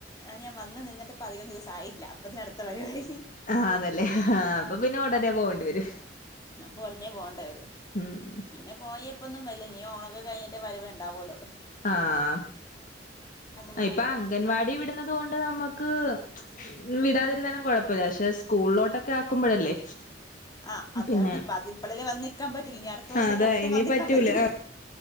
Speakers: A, on the left; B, on the left.
A: ആഹ് ഞാൻ വന്ന് നിന്നിട്ട് ഇപ്പോ അധികം ദിവസം ആയില്ല അപ്പോത്തിന് അടുത്ത വരവായി.
B: ആഹ് ആന്നല്ലേ ആഹ് അപ്പൊ പിന്നെ ഒടനെ പോകേണ്ടി വരും.
A: അപ്പോ ഒടനെ പോകണ്ട വരും
B: ഉം
A: പിന്നെ പോയയിപ്പൊന്നും വരില്ല ഇനീ ഓണോക്കെ കഴിഞ്ഞിട്ടേ വരവൊണ്ടാവൊള്ളു.
B: ആഹ്
A: വരുവൊന്നുമില്ല
B: ഇപ്പൊ അംഗൻവാടി വിടുന്നത് കൊണ്ട് നമ്മുക്ക് ക്ക് വിടാതിരുന്നാലും കുഴപ്പമില്ല പക്ഷെ സ്കൂളിലോട്ടൊക്കെ ആക്കുമ്പോഴല്ലേ.
A: ആഹ് അതാണിപ്പം
B: പിന്നെ
A: അതിപ്പളല്ലേ വന്ന്നിക്കാൻ പറ്റുള്ളൂ ഇനി അടുത്ത വർഷം
B: അതെ
A: തൊട്ട് ഒട്ടും
B: ഇനി
A: വന്നു നിൽക്കാൻ
B: പറ്റൂല
A: പറ്റില്ല-